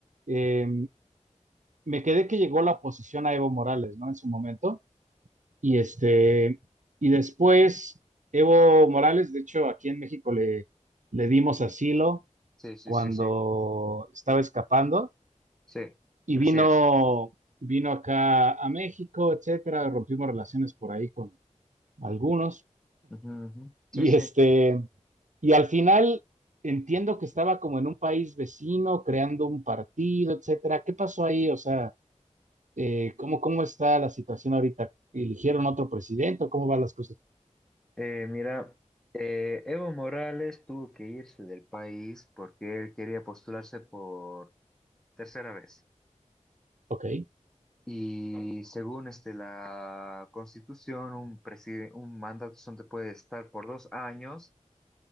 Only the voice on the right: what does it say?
Eh, me quedé que llegó la oposición a Evo Morales, ¿no? En su momento. Y este, y después Evo Morales, de hecho, aquí en México le, le dimos asilo
cuando
estaba escapando
y
vino,
vino acá a México, etcétera, rompimos relaciones por ahí algunos.
Y
este, y al final entiendo que estaba como en un país vecino, creando un partido, etcétera. ¿Qué pasó ahí? O sea, eh, ¿cómo, ¿cómo está la situación ahorita? ¿Eligieron otro presidente? o ¿Cómo van las cosas?
Ok,